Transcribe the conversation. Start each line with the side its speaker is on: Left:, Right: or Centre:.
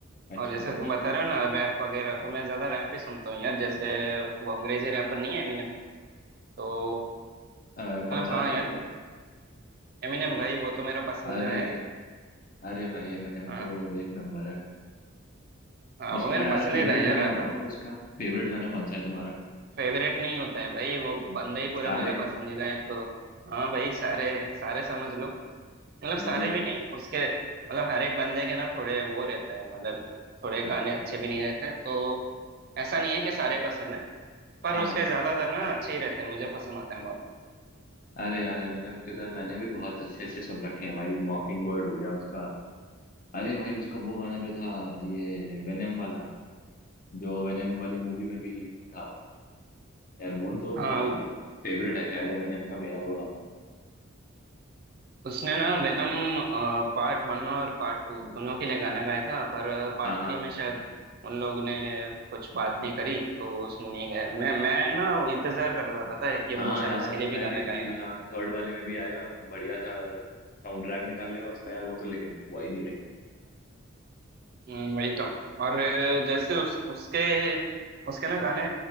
Left: अच्छा
Right: और जैसे तुम बता रहे हो ना रैप वगैरह तो मैं ज्यादा रैप ही सुनता हूँ यार जैसे वो अंग्रेजी रैपर नहीं है एमिनेम तो
Left: अ, कौन
Right: मतलब
Left: सा
Right: हाँ
Left: रैपर
Right: यार
Left: भाई
Right: एमिनेम भाई वो तो मेरा पसंदीदा
Left: अरे
Right: है
Left: अरे भाई एमिनेम
Right: हाँ
Left: तो एक नंबर है
Right: हाँ
Left: उसका
Right: वो मेरा
Left: यार
Right: पसंदीदा
Left: फेवरेट
Right: है यार
Left: गाना
Right: रैपर
Left: बताओ उसका फेवरेट गाना कौन सा है तुम्हारा
Right: फेवरेट नहीं होता है भाई वो बंदा ही पूरा
Left: सारे
Right: मेरा पसंदीदा है तो हाँ भाई सारे सारे समझ लो मतलब
Left: अरे
Right: सारे भी नहीं उसके मतलब हर एक बंदे के ना थोड़े वो रहते हैं मतलब थोड़े गाने अच्छे भी नहीं रहते तो ऐसा नहीं है कि सारे पसंद है पर
Left: हाँ
Right: उसके
Left: हाँ।
Right: ज्यादातर ना अच्छे ही रहते हैं मुझे पसंद आते हैं बहुत
Left: अरे यार एमएनएम के तो यार मैंने भी बहुत अच्छे अच्छे सुन रखे हैं भाई मॉकिंग बर्ड हो गया उसका अरे भाई उसका वो गाना जो था ये वेनम वाला जो वेनम वाली मूवी में भी था यार वो तो मेरा
Right: हाँ
Left: फेवरेट है शायद एमएनएम का मेरा वो गाना
Right: उसने ना वेनम पार्ट वन और पार्ट टू दोनों के लिए गाना गाया था पर पार्ट
Left: हाँ हाँ
Right: थ्री में शायद उन लोग ने कुछ बात नहीं करी तो उसने नहीं गाया मैं मैं ना वो इंतजार कर रहा था पता है कि
Left: हाँ
Right: वो शायद
Left: यार
Right: उसके लिए भी
Left: मैं
Right: गाना
Left: भी कि
Right: गाएगा
Left: हाँ थर्ड वाले में भी आएगा बढ़िया सा साउंड ट्रैक निकालेगा उसका यार वो तो लेकिन वो ही नहीं लेकिन
Right: हम्म, वही तो और अ, जैसे उस उसके उसके ना गाने